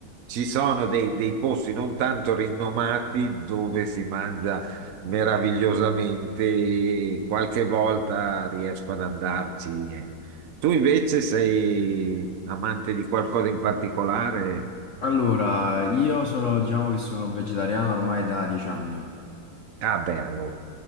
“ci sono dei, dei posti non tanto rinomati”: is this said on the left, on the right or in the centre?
Right